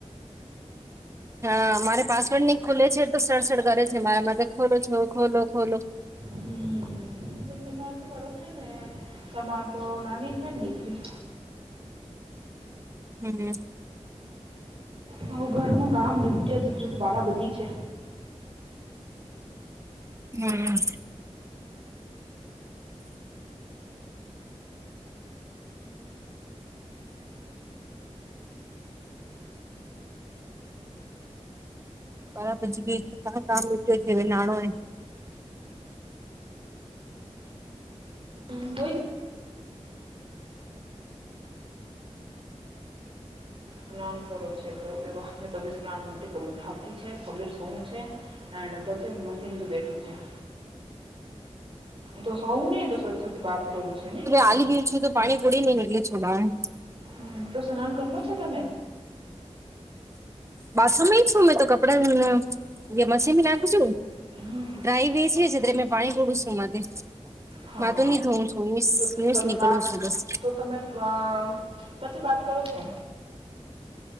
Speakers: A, on the right; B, on the right.
A: હા, મારે પાસવર્ડ નહી ખુલે છે તો સળસડ કરે છે મારા ખોલો છો, ખોલો ખોલો
B: હમ તમાર તો બળો છે ને તમાર તો નાની છે ન દીકરી
A: હમ
B: તો ઘરનું કામ નિપટ્યા જ તો બારા બજી છે
A: હમ બારા બજી કે પછી કે કામ આવે જે છે નાણો એ
B: <unintelligible> સ્નાન કરો છે તો વિવાહમાં તો વિસ્નાન મૂર્તી કરું થાકી છે, થોડડી સૂવું છે હા, અને પછી મશીન પર બેસી જાય
A: <unintelligible>
B: તો સૌ ને તો સુ <unintelligible> વાત કરું છે ને
A: ખાલી <unintelligible> પાણીપુડીની <unintelligible>
B: હમ, તો સ્નાન કરેલો છે તમે
A: બાથરૂમ શું મેં તો કપડા હ મશીન નાખ છુ
B: હમ
A: ડ્રાય બેસી છે મેમે પાણી કોડું છું એમાંથી
B: હા
A: માતુંની ધોવ છું મીસ
B: તો
A: ભીંસ
B: તમે
A: નીકળું
B: વાત
A: છું બસ
B: તો તમે અ, પછી વાત કરો છે